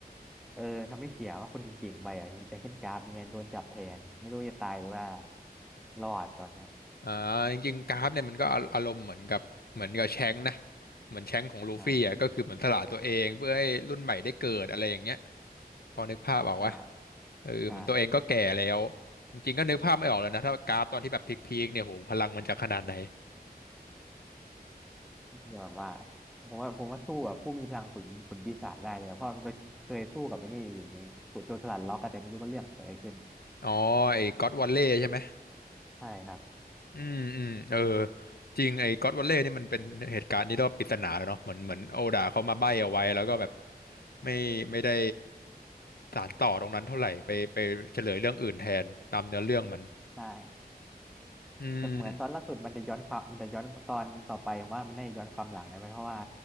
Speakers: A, in the centre; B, on the left.
A: เออทำให้เสียว่าคนเก่งๆไปอ่ะอย่างอย่างเช่นกราฟเนี่ยโดนจับแทนไม่รู้จะตายหรือว่ารอดตอนเนี้ย
B: อ่าจริงๆกราฟเนี่ยมันก็อาอารมณ์เหมือนกับเหมือนกับแชงค์นะเหมือนแชงค์ของลูฟี่อ่ะก็คือเหมือนสละตัวเองเพื่อให้รุ่นใหม่ได้เกิดอะไรอย่างเงี้ย
A: อ่า
B: พอนึกภาพออกวะ
A: ใช่
B: เออเหมือนตัวเองก็แก่แล้ว
A: ใช่
B: จริงๆก็นึกภาพไม่ออกแล้วนะถ้ากราฟตอนที่แบบพีคๆเนี่ยโหพลังมันจะขนาดไหน
A: ยอดว่าผมว่าผมว่าสู้กับผู้มีพลังฝืนฝืนปีศาจได้เลยอะเพราะมันก็เคยสู้กับไอ้นี่อยู่นี่ขุดโจรสลัดล็อกอะแต่ไม่รู้ว่าเรื่องเกิดอะไรขึ้น
B: อ๋อไอ้ก็อดวัลเล่ใช่ไหม
A: ใช่ครับ
B: อืมอืมเออจริงไอ้ก็อดวัลเล่นี่มันเป็นเหตุการณ์ที่เรียกว่าปริศนาเลยเนาะเหมือนเหมือนโอดาเขามาใบ้เอาไว้แล้วก็แบบไม่ไม่ได้ สานต่อตรงนั้นเท่าไหร่ไปไปเฉลยเรื่องอื่นแทนตามเนื้อเรื่องมัน
A: ใช่
B: อืม
A: แต่เหมือนตอนล่าสุดมันจะย้อนความมันจะย้อนตอนต่อไปผมว่ามันได้ย้อนความหลังเลยไหมเพราะว่า